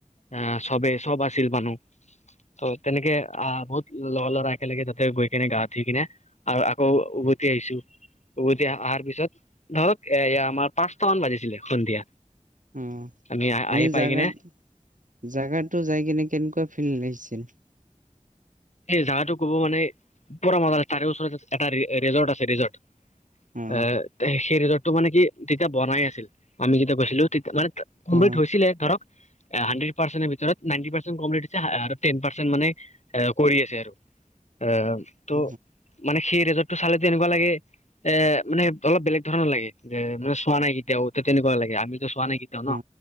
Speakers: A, on the left (about 60°); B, on the right (about 80°).
A: আহ চবেই চব আছিল মানুহ ত' তেনেকে আহ বহুত লৰা ল'ৰা একেলগে তাতে গৈ কিনে গা উঠি কিনে আৰু আকৌ উভতি আহিছো উভতি আহৰ পি পিছত ধৰক এ এয়া আমাৰ পাঁচটা মান বাজিছিলে সন্ধিয়া
B: অ
A: আমি
B: এনে
A: আহি পাই
B: জাগাত
A: কিনে
B: জাগাতটো যাই কিনে কেনেকুৱা ফিল লাগিছে <unintelligible> <inaudible>
A: এই জোগাতটো ক'ব মানে পুৰা মজা আছে তাৰে ওচৰত এটা ৰিজৰ্ট আছে ৰিজৰ্ট
B: অ
A: <unintelligible> আহ সেই ৰিজৰ্টটো মানে কি তেতিয়া বনাই আছিল আমি যেতিয়া কৈছিলো তেয়া মানে <unintelligible> কমপ্লিট
B: অ
A: হৈছিলে ধৰক হে হানড্ৰেট পাৰ্চেনৰ ভিতৰত নাইন্টি পাৰ্চেন কমকে দিছে টেন পাৰ্চেন মানে এ কৰি আছে আৰু এ ত'
B: অ
A: মানে সেই ৰেজ তটো চালে তেনেকুৱা লাগে এ মানে অলপ বেলেগ ধৰণৰ লাগে যে মানে চোৱা নাই কেতিয়াও ত তেনেকুৱা লাগে <unintelligible> আমিতো চোৱা নাই কেতিয়াও ন
B: অ